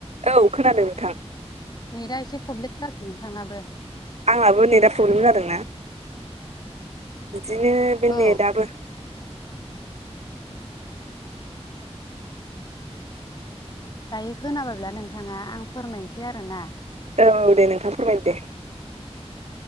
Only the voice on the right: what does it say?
औ खोनादों नोंथां।
आंहाबो नेटआ प्रब्लेम जादोंना। बिदिनो बे
नेटयाबो
औ दे नोंथां फोरमाय दे।